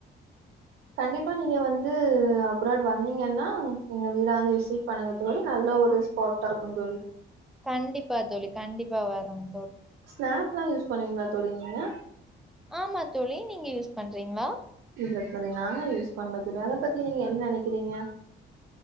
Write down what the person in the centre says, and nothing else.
கண்டிப்பா தோழி கண்டிப்பா வரம்
ஆமா தோழி நீங்க யூஸ் பண்றீங்களா